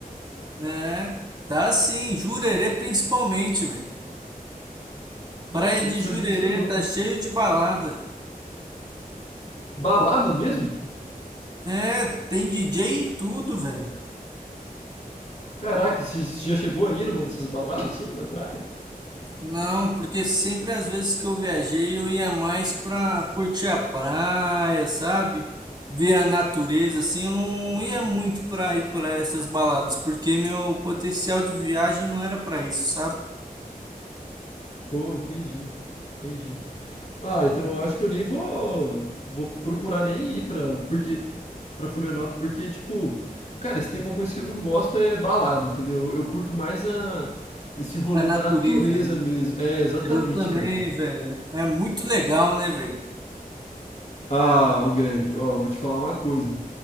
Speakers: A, on the right; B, on the left.
A: É, tá sim, Jurerê principalmente, velho.
B: Nossa,
A: Praia
B: eu
A: de
B: não sabia
A: Jurerê
B: disso não.
A: tá cheio de balada.
B: Balada mesmo?
A: É, tem DJ e tudo, velho.
B: Caraca, você já chegou aí numa dessas baladas assim, na praia?
A: Não, porque sempre às vezes que eu viajei eu ia mais pra curtir a praia, sabe? Ver a natureza, assim, eu não ia muito pra ir pra essas baladas, porque meu potencial de viagem não era pra isso, sabe?
B: Pô, entendi. Entendi. Ah, então eu acho que eu nem vou vou procurar nem ir pra, porque para Florianópolis, porque tipo, cara, se tem uma coisa que eu não gosto é balada, entendeu? Eu curto mais a esse rolê
A: A natureza,
B: da natureza
A: né?
B: mesmo. É, exatamente,
A: Eu também,
B: cara.
A: velho. É muito legal, né, velho?
B: Ah, ô Gregory, ó, eu vou te falar uma coisa.